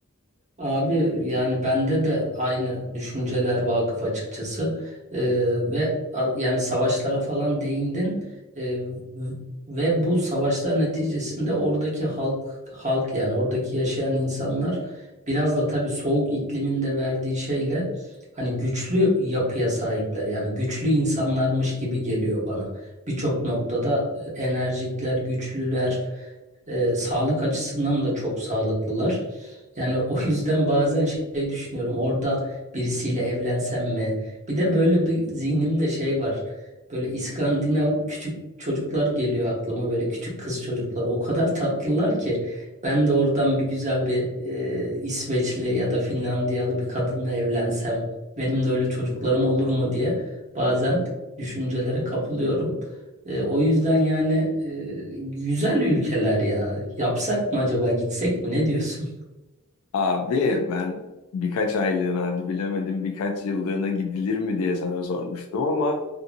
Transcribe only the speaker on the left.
Abi ben birkaç aylığına hadi bilemedim birkaç yıllığına gidilir mi diye sana sormuştum ama